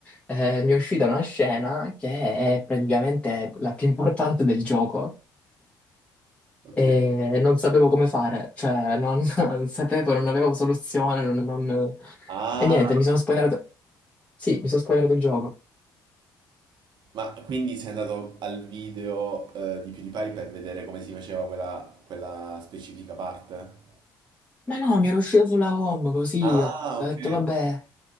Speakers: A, on the left; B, on the right.
A: eh, mi è uscita una scena che è praticamente la più importante del gioco
B: Ok.
A: e non sapevo come fare, cioè non, <laughs> non sapevo, non avevo soluzione, non- non-
B: Ah,
A: e niente, mi sono spoilerato, sì, mi sono spoilerato il gioco.
B: Ma quindi sei andato al video eh, di PewDiePie per vedere come si faceva quella, quella specifica parte?
A: Ma no, mi era uscito sulla home così,
B: Ah,
A: ho detto
B: ok.
A: vabbè,